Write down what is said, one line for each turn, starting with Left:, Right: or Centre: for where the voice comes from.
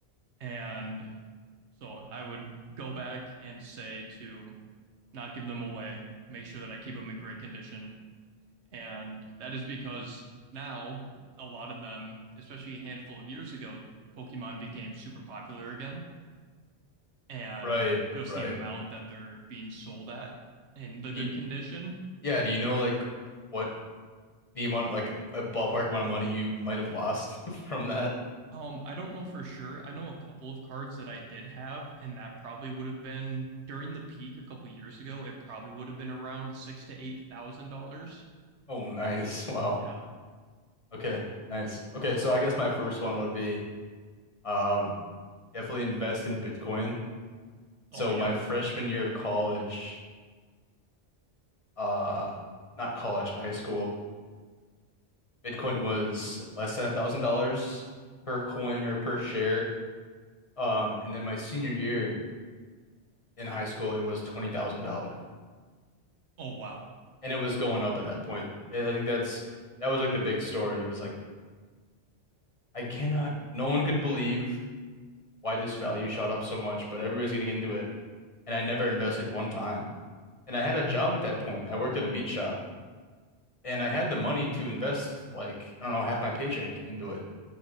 Right: And so I would go back and say to not give them away, make sure that I keep them in great condition. And that is because now a lot of them, especially a handful of years ago, Pokemon became super popular again. And
Left: Right.
Right: just
Left: Right.
Right: the amount that they're being sold at in the good
Left: You,
Right: condition
Left: yeah. Do you know like what the amount, like a ballpark amount of money you might have lost <laughs> from that?
Right: Um, I don't know for sure. I know a couple of cards that I did have, and that probably would have been during the peak a couple years ago. It probably would have been around six to eight thousand dollars.
Left: Oh, nice. Wow.
Right: Yeah.
Left: Okay.
Right: Yeah.
Left: Nice. Okay. So I guess my first one would be, um, definitely invest in Bitcoin. So
Right: Oh, yep.
Left: my freshman year of college, uh, not college, high school, Bitcoin was less than a thousand dollars per coin or per share. Um, and then my senior year in high school, it was twenty thousand dollars,
Right: Oh, wow.
Left: and it was going up at that point. And I think that's that was like the big story. It was like I cannot, no one could believe why this value shot up so much, but everybody's getting into it, and I never invested one time. And I had a job at that point. I worked at a meat shop. and I had the money to invest like I don't know half my paycheck into it.